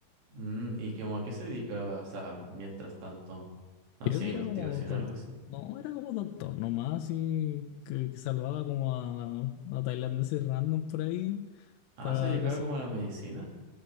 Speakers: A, on the right; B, on the left.
A: Mm, ¿y como a qué se dedicaba? O sea, mientras tanto, hacía
B: Creo que
A: investigación,
B: era como doctor,
A: algo así.
B: no, era como doctor nomás, y que, que salvaba como a, a tailandeses random por ahí,
A: Ah,
B: para,
A: se dedicaba
B: no sé,
A: como a la medicina.